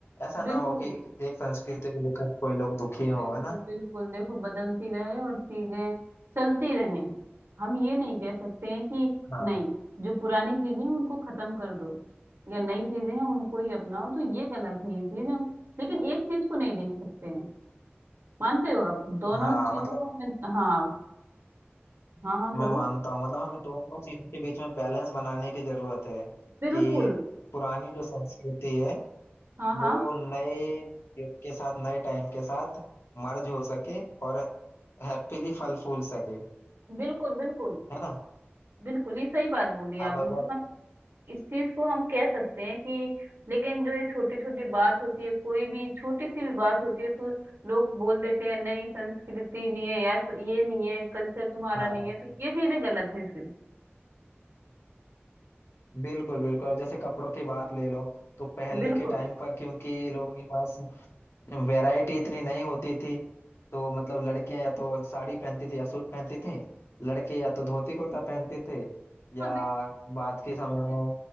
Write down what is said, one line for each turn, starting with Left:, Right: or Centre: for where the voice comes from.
Left: ऐसा ना
Right: बिल्कुल
Left: हो कि एक संस्कृति को लेकर कोई लोग दुखी हो
Right: बिल्कुल
Left: है ना
Right: बिल्कुल देखो बदलती रहे और चीजें चलती रहें हम ये नहीं कह सकते हैं कि
Left: हाँ
Right: नहीं जो पुरानी चीजें हैं उनको खत्म कर दो या नई चीजें हैं उनको ही अपनाओ तो ये गलत है ये चीज हम लेकिन एक चीज को नहीं देख सकते हैं मानते हो आप दोनों
Left: हाँ
Right: चीजों
Left: मतलब
Right: को हमें हाँ हाँ हाँ बोलो
Left: मैं मानता हूँ मतलब हमें दोनों चीजों के बीच में बैलेंस बनाने की जरूरत है
Right: बिल्कुल
Left: कि पुरानी जो संस्कृति है
Right: हाँ हाँ
Left: वो नए युग के साथ नए टाइम के साथ मर्ज हो सके और हैप्पीली फल फूल सके
Right: बिल्कुल बिल्कुल
Left: है ना
Right: बिल्कुल ये सही बात बोली आपने
Left: अब अगर
Right: तो इस चीज को हम कह सकते हैं कि लेकिन जो ये छोटी छोटी बात होती है कोई भी छोटी सी भी बात होती है तो लोग बोल देते हैं नहीं संस्कृति नहीं है या ये नहीं है कल्चर तुम्हारा
Left: हाँ
Right: नहीं है तो ये चीजें गलत हैं फिर
Left: बिल्कुल बिल्कुल अब जैसे कपड़ों की बात ले लो तो पहले
Right: बिल्कुल
Left: के टाइम पर क्योंकि लोगों के पास वैरायटी इतनी नहीं होती थी तो मतलब लड़कियां या तो साड़ी पहनती थी या सूट पहनती थी लड़के या तो धोती कुर्ता पहनते थे या
Right: हाँ बिल्कुल
Left: बाद के समय
Right: इस
Left: में